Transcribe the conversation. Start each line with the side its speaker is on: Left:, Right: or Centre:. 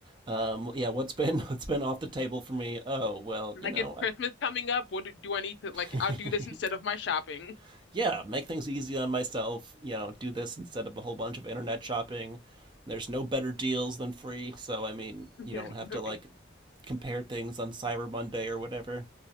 Right: Um, yeah, what's been <laughs> what's been off the table for me? Oh, well,
Left: Like
Right: you know,
Left: it's Christmas coming up. What do, do I need to like?
Right: I,
Left: I'll do this instead of my shopping.
Right: <laughs> yeah, make things easy on myself. You know, do this instead of a whole bunch of internet shopping. There's no better deals than free, so I mean,
Left: <laughs>
Right: you
Left: Yeah,
Right: don't have
Left: literally.
Right: to like compare things on Cyber Monday or whatever.